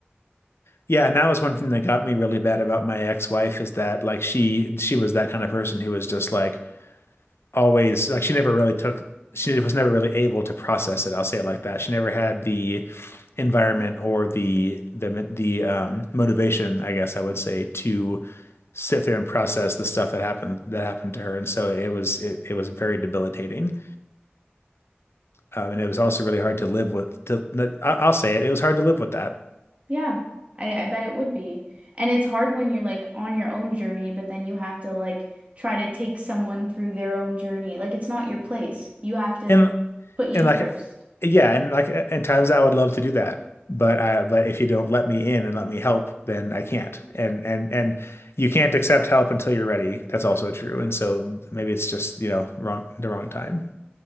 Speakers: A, on the left; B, on the right.
A: Yeah, and that was one thing that got me really bad about my ex-wife is that like she she was that kind of person who was just like, always like she never really took she was never really able to process it. I'll say it like that. She never had the environment or the the the um, motivation, I guess I would say, to sit there and process the stuff that happened that happened to her. And so it was it it was very debilitating. Um, and it was also really hard to live with. To, I- I'll say it. It was hard to live with that.
B: Yeah, I, I bet it would be. And it's hard when you're like on your own journey, but then you have to like try to take someone through their own journey. Like it's not your place. You have to
A: And
B: put you
A: and
B: first.
A: like yeah, and like in times I would love to do that. But I but if you don't let me in and let me help, then I can't. And and and you can't accept help until you're ready. That's also true. And so maybe it's just, you know, wrong the wrong time.